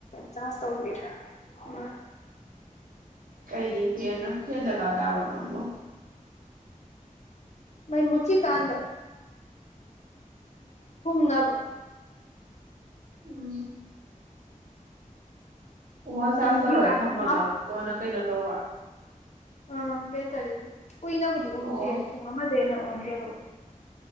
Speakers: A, on the left; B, on the right.
A: ꯆꯥꯁ ꯇꯧꯕꯤ ꯑꯃ
B: ꯀꯩꯒꯤ ꯐꯦꯟꯅꯣ ꯐꯦꯟ ꯗꯔꯀꯥꯔ ꯇꯥꯕꯔꯣ ꯅꯪꯕꯣ
A: ꯃꯩꯃꯨꯠꯈꯤ ꯀꯥꯟꯗ ꯍꯨꯝꯅꯕ
B: ꯎꯝ ꯐꯣꯟ ꯆꯥꯔꯖ
A: ꯕꯦꯇ꯭ꯔꯤꯒ
B: ꯇꯧꯔ ꯊꯝꯃꯒ
A: ꯈꯪꯁꯥ
B: ꯀꯣꯟꯅ ꯀꯩꯅꯣ ꯇꯧꯕ
A: ꯑ ꯕꯦꯇꯔꯤꯒꯤ ꯀꯨꯏꯅꯕꯨꯗꯤ ꯎꯪꯗꯦ
B: ꯑꯣ ꯑꯣ
A: ꯄꯨꯡ ꯑꯃꯗꯩ ꯍꯦꯟꯅ ꯎꯡꯉꯤ <inaudible>